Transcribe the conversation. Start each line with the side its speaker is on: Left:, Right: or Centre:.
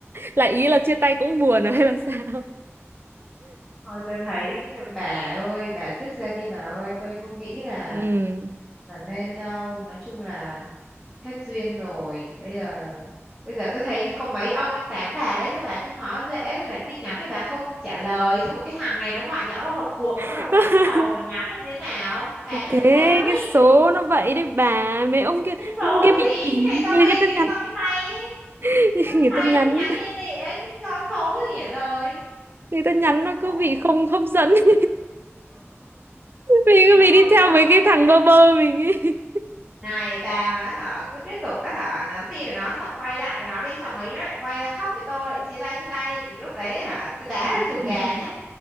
Right: lại ý là chia tay cũng buồn à hay là sao
Centre: thôi tôi thấy bà ơi bà dứt ra đi bà ơi tôi không nghĩ là
Right: Ừ.
Centre: là nên đâu nói chung là hết duyên rồi bây giờ bây giờ tôi thấy có mấy ông đang tán bà đấy sao bà cứ khó dễ thì bà tin nhắn thì bà không trả lời xong rồi cái thằng này nó gọi nhỡ có một cuộc
Right: <laughs>
Centre: nó bắt đầu cắm đầu và nhắn là như thế nào bà
Right: Thế
Centre: cứ làm
Right: thế
Centre: sao ấy
Right: cái số nó vậy đấy bà Mấy ông kia
Centre: cái số
Right: mấy ông kia bị
Centre: gì
Right: kỳ
Centre: cái này do
Right: Nghe
Centre: mình
Right: người ta
Centre: ấy
Right: nhắn
Centre: do cái tay ấy
Right: <laughs>
Centre: do cái
Right: Người
Centre: tay
Right: ta nhắn
Centre: nó cứ nhắn lên lệ ấy chứ do số gì ở rồi
Right: Người ta nhắn nó cứ
Centre: khổ
Right: bị không hấp dẫn <laughs> Mình cứ
Centre: trời
Right: bị đi theo
Centre: ơi
Right: mấy cái thằng bơ bơ mình ấy
Centre: này bà mà họ cứ tiếp tục á họ nắm tay với nó xong quay lại với nó đi xong mấy nữa lại quay ra khóc với tôi chia tay chia tay Thì lúc đấy hả tôi đá
Right: <laughs>
Centre: ra chuồng gà nhá